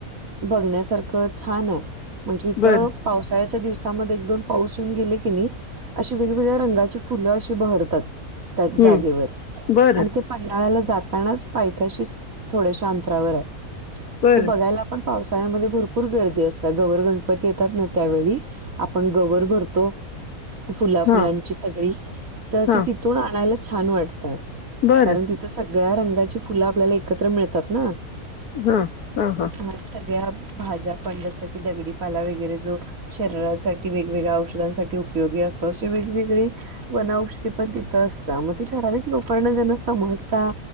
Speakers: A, on the right (about 65°); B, on the left (about 85°).
A: बघण्यासारखं छानय म्हणजे
B: बरं
A: थ पावसाळ्याच्या दिवसामध्ये एक दोन पाऊस येऊन गेले की नाही अशी वेगवेगळ्या रंगाची फुलं अशी बहरतात त्याच
B: हम्म
A: जागेवर
B: बरं
A: आणि त्या पंन्हाळ्याला जातानाच पायथ्याशी थोडे्याश्या अंतरावरय
B: बरं
A: ते बघायला पण पावसाळ्यामध्ये भरपूर गर्दी असत्या गव्हर्न्मेंट पण ते येतात ना त्यावेळी आपण गवर भरतो फुला
B: हा
A: फुलांची सगळी तर
B: हा
A: ती तिथून आणायला छान वाटतं
B: बरं
A: कारण तिथं सगळ्या रंगाची फुलं आपल्याला एकत्र मिळतात ना
B: हा हा हा
A: ह सगळ्या भाज्या पण जसं की दगडीपाला वगैरे जो शरीरासाठी वेगवेगळ्या औषधांसाठी उपयोगी असतो अशे वेगवेगळे वन औषधी पण तिथ अस मग त ठराविक लोकांना ज समजता